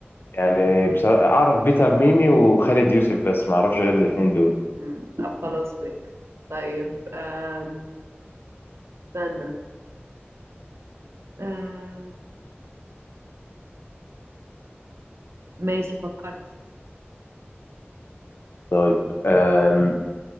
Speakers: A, on the left; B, on the right.
A: يعني بصراحة اعرف بيتر ميمي وخالد يوسف بس ما اعرفش غير الاتنين دول
B: امم طب خلاص فيك طيب أم... استنى أم... ماشي فكرت
A: طيب آم